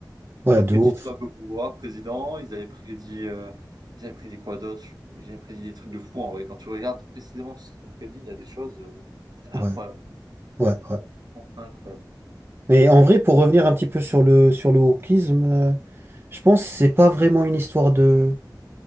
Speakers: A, on the right; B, on the right.
A: ouais,
B: Ils avaient
A: de
B: prédit
A: ouf,
B: Trump au pouvoir, président, ils avaient prédit, euh, ils avaient prédit quoi d'autre? Ils avaient prédit des trucs de fou en vrai. Quand tu regardes précisément tout ce qu'ils ont prédit, il y a des choses, euh, c'était
A: ouais,
B: incroyable.
A: ouais, ouais.
B: Incroyable.
A: Mais en vrai, pour revenir un petit peu sur le sur le wokisme, euh, je pense que c'est pas vraiment une histoire de.